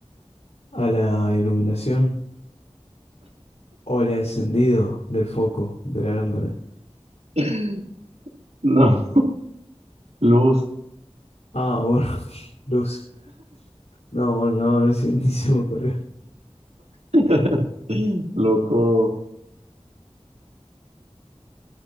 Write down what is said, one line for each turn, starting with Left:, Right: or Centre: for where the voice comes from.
Left: A la iluminación o el encendido del foco de la lámpara.
Right: <laughs> No. <laughs> Luz.
Left: Ah, bueno, <laughs> luz. No, bueno, no, no se- <laughs> ni se me ocurrió.
Right: <laughs> Loco.